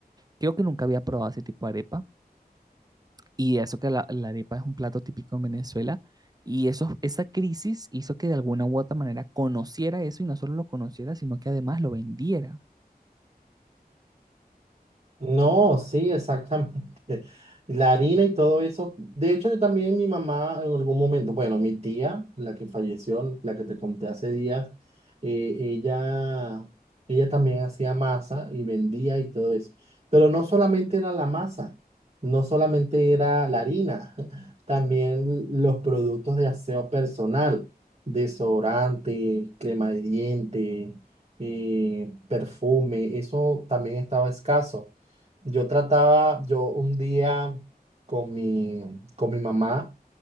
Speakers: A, on the right (about 25°); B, on the right (about 40°).
A: Creo que nunca había probado ese tipo de arepa y eso que la, la arepa es un plato típico en Venezuela y eso, esa crisis hizo que de alguna u otra manera conociera eso y no solo lo conociera, sino que además lo vendiera.
B: No, sí, exactamente. <laughs> La harina y todo eso. De hecho, yo también mi mamá en algún momento, bueno, mi tía, la que falleció, la que te conté hace días, eh, ella, ella también hacía masa y vendía y todo eso. Pero no solamente era la masa, no solamente era la harina, <laughs> también los productos de aseo personal, desodorante, crema de diente, eh, perfume, eso también estaba escaso. Yo trataba, yo un día con mi, con mi mamá,